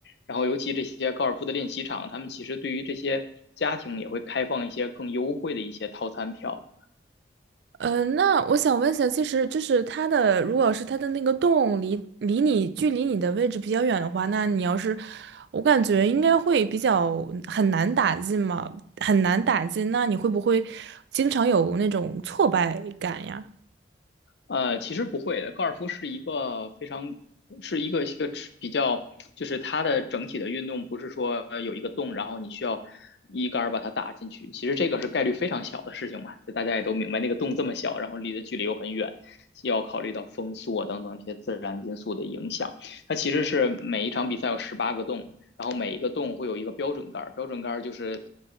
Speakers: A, on the left; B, on the right.
A: 然后尤其这些高尔夫的练习场，他们其实对于这些家庭也会开放一些更优惠的一些套餐票。
B: 呃，那我想问一下，其实就是它的，如果是它的那个洞离离你距离你的位置比较远的话，那你要是，我感觉应该会比较很难打进嘛，很难打进。那你会不会经常有那种挫败感呀？
A: 呃，其实不会的，高尔夫是一个非常是一个一个比较，就是它的整体的运动不是说呃有一个洞，然后你需要一杆把它打进去，其实这个是概率非常小的事情嘛，就大家也都明白，那个洞这么小，然后离的距离又很远，又要考虑到风速啊等等这些自然因素的影响。它其实是每一场比赛有十八个洞，然后每一个洞会有一个标准杆儿，标准杆儿就是